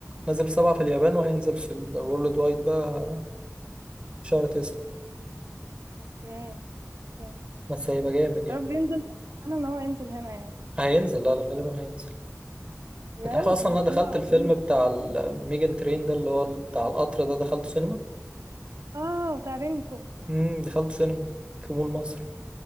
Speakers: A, on the right (about 20°); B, on the right (about 65°).
A: نازل في سبعة في اليابان وهينزل في الورلد وايد بقى في شهر تسعة
B: اوكي اوكي
A: بس هيبقى جامد يعني
B: يا رب ينزل انا ان هو ينزل هنا يعني
A: هينزل لا لا غالبا هينزل
B: بجد
A: انت عارف اصلا
B: هدخله
A: انا دخلت
B: على
A: الفيلم
B: طول
A: بتاع الميجن ترين ده اللي هو ال- بتاع القطر ده دخلته سينما
B: اه بتاع رينكو
A: امم دخلته سينما في مول مصر